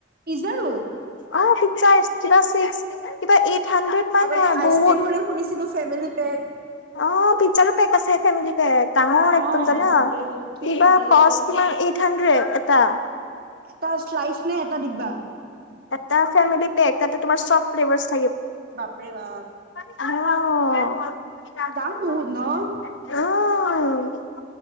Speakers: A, on the right; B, on the left.
A: পিজাৰু?
B: অ', পিজ্জা কিবা চিক্স কিবা এইট হান্ড্ৰেড মান
A: আগতে
B: হয়।
A: আইচক্ৰীম
B: বহুত
A: <unintelligible> ফেমিলি পেক
B: অ', পিজ্জাৰো পেক আছে ফেমিলি পেক ডাঙৰ
A: অ
B: একদম জানা।
A: বাপৰে
B: কিবা
A: কি কি ওলাইছে
B: ক্ৰচ কিমান এইট হাণ্ড্ৰেড এটা।
A: এটা শ্লাইচ নে এটা দিব্বা?
B: এটা ফেমেলী পেক তাতে তোমাৰ চব ফ্লেভাৰচ
A: বাপৰে বাপ
B: অ
A: দাম বহুত
B: অ
A: ন